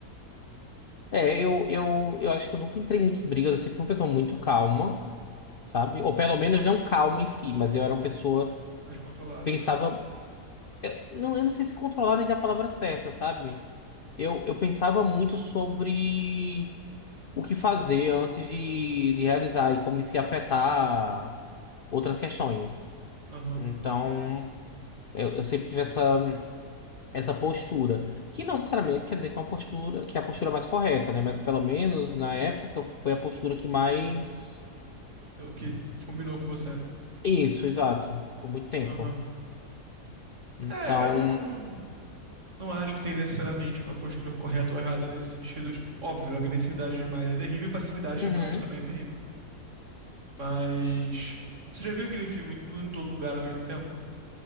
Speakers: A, on the left (about 50°); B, on the right (about 50°).
A: É, eu, eu, eu acho que eu nunca entrei muito em brigas, eu sempre fui uma pessoa muito calma, sabe? Ou pelo menos não calma em si, mas eu era uma pessoa
B: Mais
A: que
B: controlada,
A: pensava.
B: né?
A: Eu, não, eu não sei se controlar nem dar a palavra certa, sabe? Eu, eu pensava muito sobre o que fazer antes de, de realizar e como isso ia afetar outras questões.
B: Aham.
A: Então, eu, eu sempre tive essa, essa postura, que não necessariamente quer dizer que é uma postura, que é a postura mais correta, né? Mas pelo menos na época foi a postura que mais.
B: O que combinou com você, né?
A: Isso, exato, por muito tempo.
B: Aham.
A: Então,
B: É, eu não. Não acho que tem necessariamente uma postura correta ou errada nesse sentido. Tipo, óbvio, agressividade demais é terrível, passividade demais
A: uhum.
B: também é terrível. Mas. Você já viu aquele filme Tudo em Todo Lugar ao mesmo tempo?